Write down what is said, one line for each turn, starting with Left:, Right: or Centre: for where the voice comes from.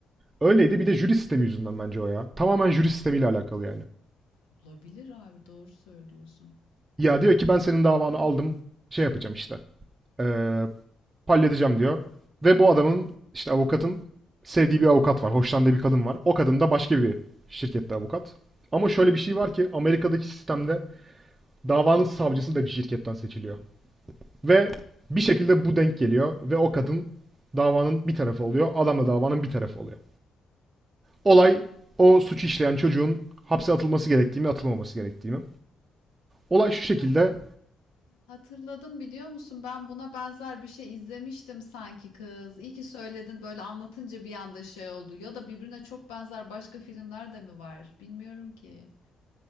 Right: Öyleydi bir de jüri sistemi yüzünden bence o ya. Tamamen jüri sistemiyle alakalı yani.
Left: Olabilir abi doğru söylüyorsun.
Right: Ya diyor ki ben senin davanı aldım şey yapacağım işte. Ee, halledeceğim diyor. Ve bu adamın işte avukatın sevdiği bir avukat var. Hoşlandığı bir kadın var. O kadın da başka bir şirkette avukat. Ama şöyle bir şey var ki Amerika'daki sistemde davanın savcısı da bir şirketten seçiliyor. Ve bir şekilde
Left: Ha.
Right: bu denk geliyor ve o kadın davanın bir tarafı oluyor. Adam da davanın bir tarafı oluyor. Olay o suçu işleyen çocuğun hapse atılması gerektiği mi atılmaması gerektiği mi? Olay şu şekilde
Left: Ha, hatırladım biliyor musun? Ben buna benzer bir şey izlemiştim sanki kız. İyi ki söyledin böyle anlatınca bir anda şey oldu. Ya da birbirine çok benzer başka filmler de mi var? Bilmiyorum ki.